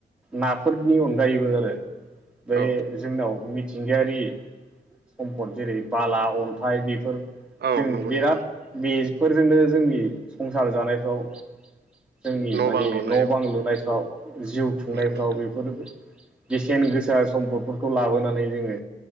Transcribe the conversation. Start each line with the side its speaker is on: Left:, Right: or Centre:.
Centre: नाफोरनि अनगायैबो आरो बे
Right: औ
Centre: जोंनाव मिथिंगायारि सम्पद जेरै बाला अन्थाइ बेफोर
Right: औ
Centre: जों
Right: नंगौ
Centre: बिराद
Right: नोंथां
Centre: बेफोरजोंनो जोंनि संसार जानायफ्राव जों माने
Right: बां लुनायाव
Centre: न' बां लुनायफ्राव जिउ खुंनायफ्राव
Right: नंगौ नोंथां
Centre: बेफोरबो बेसेन गोसा सम्पदफोरखौ लाबोनानै जोङो